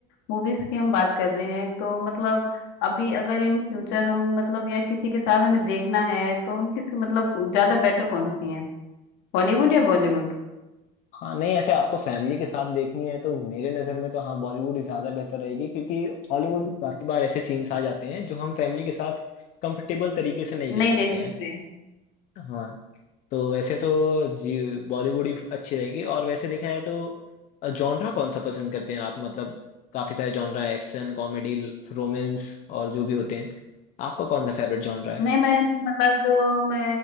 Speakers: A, on the left (about 65°); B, on the left (about 40°).
A: मूवीज की हम बात कर रहे हैं तो मतलब अभी अगर इन फ्यूचर हम मतलब या किसी के साथ हमें देखना है तो हम किस मतलब ज्यादा बेटर कौन सी है हॉलीवुड या बॉलीवुड
B: हाँ नहीं ऐसे आपको फैमिली के साथ देखनी है तो मेरे नजर में तो हाँ बॉलीवुड ही ज्यादा बेहतर रहेगी क्योंकि हॉलीवुड में काफी बार ऐसे सीन्स आ जाते हैं जो हम फैमिली के साथ कंफर्टेबल तरीके से नहीं
A: नहीं
B: देख सकते
A: देख
B: हैं
A: सकते
B: हाँ तो ऐसे तो जी बॉलीवुड ही अच्छी रहेगी और वैसे देखा जाए तो जॉनरा कौन सा पसंद करते हैं आप मतलब काफी सारे जॉनरा एक्शन कॉमेडी रोमांस और जो भी होते हैं आपका कौन सा फेवरेट जॉनरा है
A: नहीं मैं मतलब जो मैं